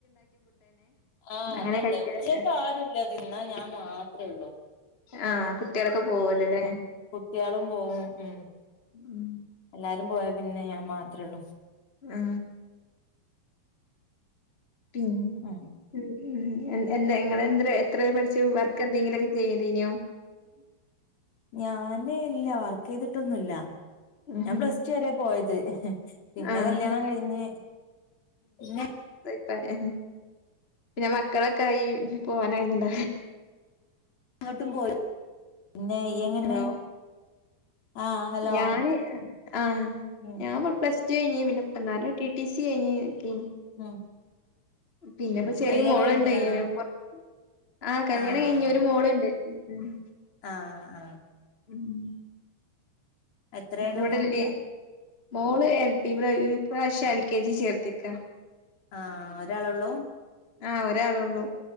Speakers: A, on the left; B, on the left.
A: ആ
B: അങ്ങനെ
A: അതന്നെ
B: കഴിക്കല്
A: ഉച്ചേക്ക് ആരുല്ല തിന്നാൻ ഞാൻ മാത്രേ ഉള്ളൂ.
B: ആഹ് കുട്ടികളൊക്കെ പോവല്ലോല്ലേ
A: കുട്ടികളും പോകുംഉം
B: ഉം
A: എല്ലാരും പോയ പിന്നെ ഞാൻ മാത്രേ ഉള്ളൂ.
B: ആ പിന്നെ
A: ഉം
B: എ <unintelligible> ങ്ങെളെ എന്ത്രെ ന എത്ര വരെ പഠിച്ചു? വർക്ക് എന്തെങ്കിലൊക്കെ ചെയ്യതീഞ്ഞോ?
A: ഞാന് ഇല്ല വർക്ക് യ്തിട്ടൊന്നുല്ല
B: ഉം
A: ഞാൻ പ്ലസ് ടു വരെ പോയത് ഹെ ഹേ പിന്നെ
B: ആഹ്
A: കല്യാണം കഴിഞ്ഞ് ന്നെ
B: പ ഹെ ഹേ പിന്നെ മക്കളൊക്കെ ആയി പോവാനഴിഞ്ഞില്ല.
A: ആട്ടും പോലെ ന്നെ യ്യ് എങ്ങനെ
B: ഹലോ
A: ആഹ് ഹലോ
B: ഞാന് ആ
A: ഉം
B: ഞാമ് പ്ലസ് ടു കഴിഞ്ഞ് പിന്നെ പിന്നാലെ ടി ടി സി കഴിഞ് പി
A: ഉം-
B: പിന്നെപ്പോ ചെറിയ
A: കല്യാണം
B: മോളുണ്ട്
A: കഴിഞ്ഞതാണോ
B: <unintelligible> ആ കല്യാണം
A: ആഹ്
B: കഴിഞ്ഞ് ഒരു മോള്ണ്ട്- ഉം-
A: ആഹ് ആഹ് -
B: ഉം-
A: എത്രയാണ്
B: ഇവടെല്ലേ
A: മോക്ക്-
B: മോള് എൽ പി ഇപ്ര ഇപ്രാവശ്യം എൽ കെ ജി ചേർത്തക്ക-
A: ആഹ് അ ഒരാള ഒള്ളൂ-
B: ആഹ് ഒരാള ഉള്ളൂ-